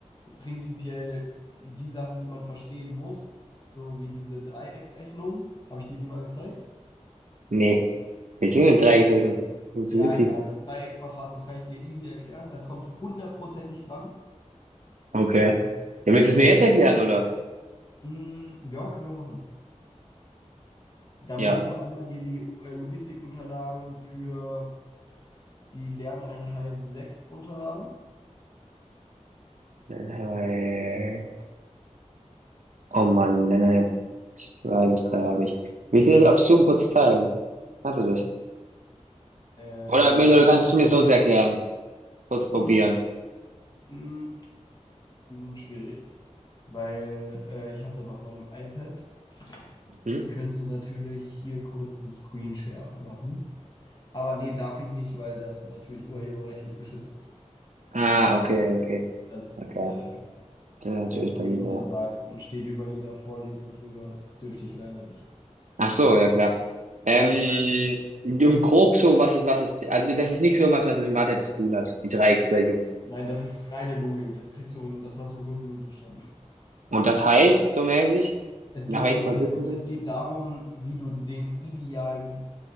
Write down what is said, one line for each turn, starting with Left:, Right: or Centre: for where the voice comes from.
Left: prinzipiell die Sachen, die man verstehen muss, so wie diese Dreiecksrechnung, habe ich dir die mal gezeigt?
Right: Nee. wir sind in Dreiecksrechnung. Funktioniert
Left: Ja,
Right: die?
Left: egal. Das Dreiecksverfahren, das kann ich dir easy erklären. Das kommt hundertprozentig dran.
Right: Okay. Ja, willst du es mir
Left: Da,
Right: jetzt erklären, oder?
Left: mm, ja, können wir machen. Da
Right: Ja.
Left: musst du einmal dir die äh, Logistikunterlagen für die Lerneinheit sechs runterladen.
Right: Äh, oh Mann, Lennart, zwei bis drei habe ich. Willst du das auf Zoom kurz teilen? Kannst du das?
Left: Ähm,
Right: Oder, will- oder kannst du es mir sonst erklären? Kurz probieren.
Left: mm, Mm, mm, schwierig, weil äh, ich habe das auf meinem iPad.
Right: Hm?
Left: Ich könnte natürlich hier kurz einen Screenshare anmachen, aber nee, darf ich nicht, weil das natürlich urheberrechtlich geschützt ist.
Right: Ah,
Left: Das darf
Right: okay,
Left: ich nicht.
Right: okay.
Left: Das
Right: Ja klar.
Left: äh,
Right: Das ist natürlich
Left: ist
Right: dann.
Left: dem untersagt
Right: ja.
Left: und steht über jeder Vorlesung drüber. Das dürfte ich leider nicht.
Right: Ach so, ja klar. Ähm,
Left: Ja,
Right: und grob so, was ist, was ist, also das ist nichts irgendwas, was mit Mathe zu tun hat, die Dreiecksgleichung.
Left: nein, das ist reine Logik. Das kriegst du, das hast du in fünf Minuten verstanden.
Right: Und das heißt, so mäßig,
Left: Es
Right: nach
Left: geht
Right: welchem
Left: so ein
Right: Prinzip
Left: bisschen,
Right: funktioniert?
Left: es geht darum, wie du den idealen